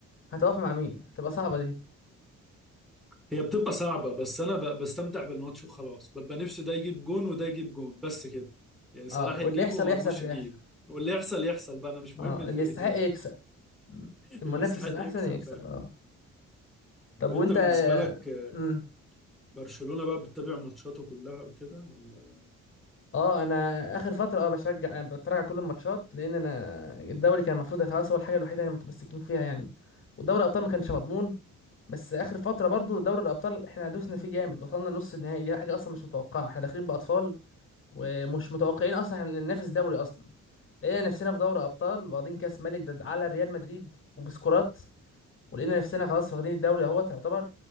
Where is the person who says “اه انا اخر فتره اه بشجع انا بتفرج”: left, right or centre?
Left